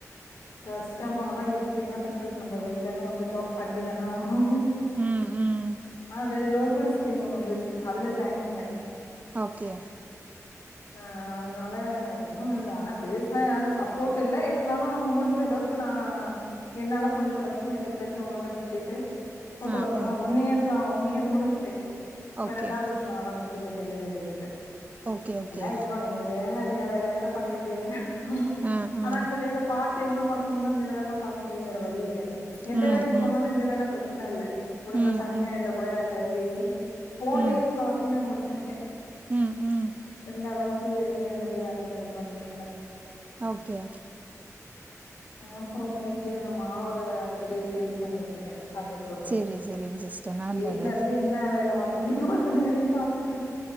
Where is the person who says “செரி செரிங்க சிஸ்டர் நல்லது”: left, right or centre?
Right